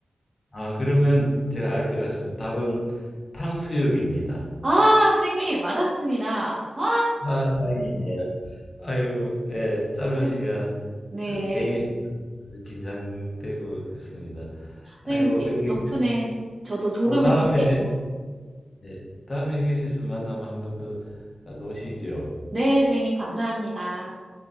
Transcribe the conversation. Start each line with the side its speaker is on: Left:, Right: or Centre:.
Left: 아, 그러면 제가 알 것 같습니다. 답은 탕수육입니다.
Right: 아, 선생님, 맞았습니다. 아.
Left: 아, 다행이네요. 아이고, 예, 짧은
Right: 네,
Left: 시간
Right: 네.
Left: 어, 게임이 아주 긴장되고 했습니다.
Right: 선생님
Left: 아이고, 이렇게
Right: 덕분에 저도 졸음을
Left: 또 다음에,
Right: 좀 깼고.
Left: 예, 다음에 휴게실에서 만나면 한 번 더 노시죠
Right: 네, 선생님 감사합니다.